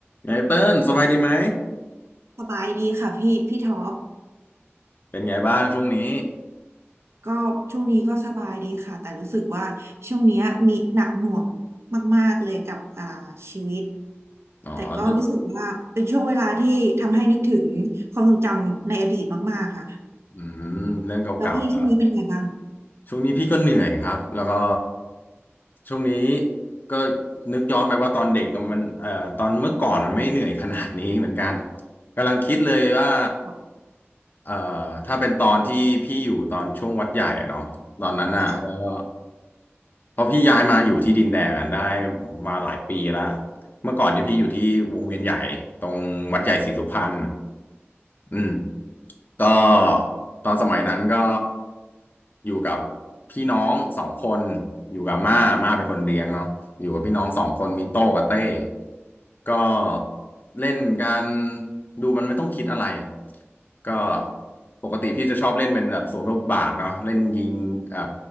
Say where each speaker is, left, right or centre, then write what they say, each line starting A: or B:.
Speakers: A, on the left; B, on the right.
A: ไงเติ้ลสบายดีไหม
B: สบายดีค่ะพี่พี่ท็อป
A: เป็นไงบ้างช่วงนี้
B: ก็ช่วงนี้ก็สบายดีค่ะแต่รู้สึกว่าช่วงเนี้ยมีหนักหน่วงมากๆเลยกับอ่าชีวิต
A: อ๋อเรื่อง
B: แต่ก็รู้สึกว่าเป็นช่วงเวลาที่ทำให้นึกถึงความทรงจำในอดีตมากๆค่ะ
A: อืมเรื่องเก่าๆเหรอ
B: แล้วพี่ช่วงนี้เป็นไงบ้าง
A: ช่วงนี้พี่ก็เหนื่อยครับแล้วก็ช่วงนี้ก็นึกย้อนไปว่าตอนเด็กอะมันเอ่อตอนเมื่อก่อนมันไม่เหนื่อยขนาดนี้เหมือนกันกำลังคิดเลยว่า
B: ค่ะ
A: เอ่อถ้าเป็นตอนที่พี่อยู่ตอนช่วงวัดใหญ่อะเนาะตอนนั้นอ่ะแล้วก็
B: ค่ะ
A: เพราะพี่ย้ายมาอยู่ที่ดินแดงอะได้มาหลายปีแล้วเมื่อก่อนเนี่ยพี่อยู่ที่วงเวียนใหญ่ตรงวัดใหญ่ศรีสุพรรณอืม ก็ตอนสมัยนั้นก็อยู่กับพี่น้องสองคนอยู่กับม่าม่าเป็นคนเลี้ยงเนาะอยู่กับพี่น้องสองคนมีโต้กับเต้ก็เล่นกันดูมันไม่ต้องคิดอะไรก็ปกติพี่จะชอบเล่นเป็นแบบสวนบทบาทเนาะเล่นยิงเอ่อ